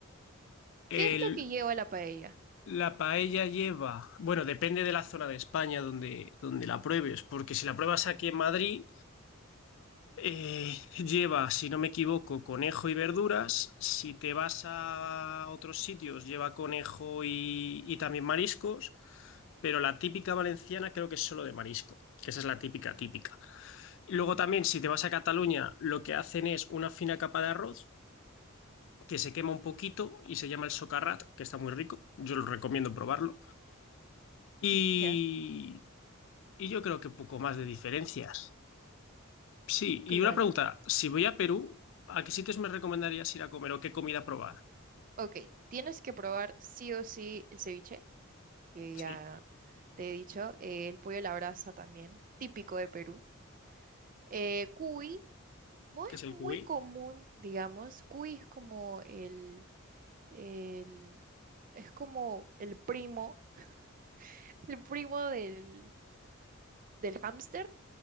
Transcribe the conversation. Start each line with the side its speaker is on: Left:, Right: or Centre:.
Left: El,
Right: ¿Qué es lo que lleva la paella?
Left: la paella lleva, bueno, depende de la zona de España donde, donde la pruebes, porque si la pruebas aquí en Madrid, Eh, lleva, si no me equivoco, conejo y verduras. Si te vas a otros sitios, lleva conejo y, y también mariscos. Pero la típica valenciana creo que es solo de marisco, que esa es la típica típica. Luego
Right: Ujú,
Left: también, si te vas a Cataluña, lo que hacen es una fina capa de arroz que se quema un poquito y se llama el socarrat, que está muy rico. Yo lo recomiendo probarlo. Y,
Right: Ya,
Left: y yo creo que poco más de diferencias. Sí, y
Right: claro.
Left: una pregunta, si voy a Perú, ¿a qué sitios me recomendarías ir a comer o qué comida probar?
Right: Ok, tienes que probar sí o sí el ceviche, que
Left: Sí,
Right: ya te he dicho, eh, el pollo a la brasa también, típico de Perú. Eh, cuy, no es
Left: ¿qué es el
Right: muy
Left: cuy?
Right: común, digamos, cuy es como el, el, es como el primo, <laughs> el primo del, del hámster,